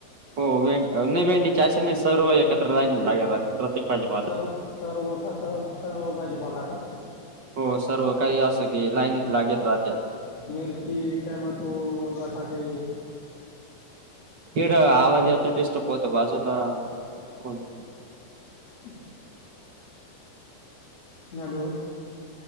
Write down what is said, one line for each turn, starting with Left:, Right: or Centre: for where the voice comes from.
Right: हो <unintelligible> <unintelligible> सर्व एकत्र <unintelligible> भाजीपाला
Left: सर्व सर्व कसं सर्व भाजीपाला का?
Right: हो, सर्व काही असं की लाईनत लागेत राहत्या.
Left: मिर्ची, टमाटो, बटाटे
Right: केड आवाजात डिस्टर्ब होतो, बाजू ला <unintelligible>
Left: <unintelligible> हॅलो,